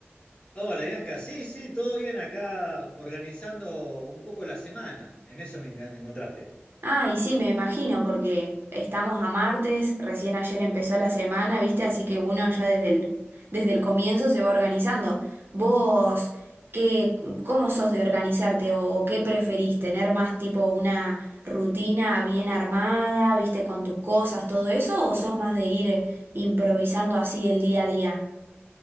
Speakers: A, on the left; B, on the right.
A: Hola Bianca, sí, sí, todo bien acá organizando un poco la semana, en eso me enca- encontraste.
B: Ah, y sí, me imagino, porque estamos a martes, recién ayer empezó la semana, ¿viste? Así que uno ya desde el, desde el comienzo se va organizando. ¿Vos qué, cómo sos de organizarte o, o qué preferís? ¿Tener más tipo una rutina bien armada, viste, con tus cosas, todo eso? ¿O sos más de ir eh, improvisando así el día a día?